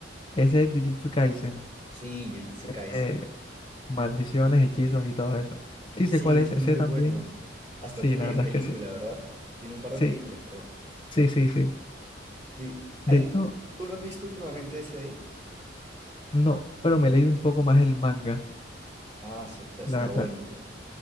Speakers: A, on the left; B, on the right.
A: Ese es Jujutsu Kaisen.
B: Sí, Jujutsu
A: Este,
B: Kaisen.
A: maldiciones, hechizos y todo eso. Sí,
B: Sí,
A: sé cuál es.
B: ese
A: Ese
B: es muy
A: también.
B: bueno. Hasta
A: Sí,
B: tiene
A: la verdad
B: película,
A: es que sí.
B: ¿verdad? Tiene un par
A: Sí,
B: de películas, creo.
A: sí, sí, sí.
B: Sí. Ahí,
A: De hecho,
B: ¿tú, tú lo has visto últimamente ese ahí?
A: no, pero me he leído un poco más el manga,
B: Ah, se está, está
A: la verdad.
B: bueno, ¿eh?